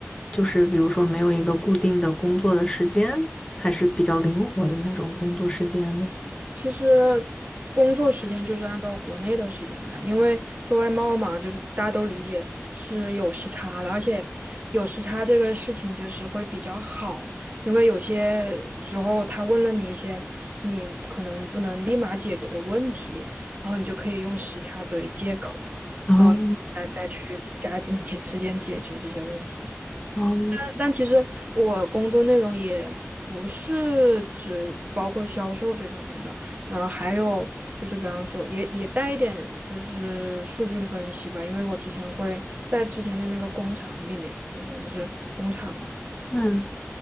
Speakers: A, on the left; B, on the right.
A: 就是比如说没有一个固定的工作的时间，还是比较灵活的那种工作时间呢？
B: 其实工作时间就是按照国内的时间来，因为做外贸嘛，就是大家都理解是有时差的，而且有时差这个事情就是会比较好，因为有些时候他问了你一些你可能不能立马解决的问题，然后你就可以用时差作为借口
A: 哦
B: 来再去加紧 <laughs> 些时间解决这些问题。
A: 哦，
B: 但其实我工作内容也不是只包括销售这方面的，嗯、呃还有就是比方说也也带一点就是数据分析吧，因为我之前会在之前的那个工厂里面，就是我们是工厂嘛，
A: 嗯，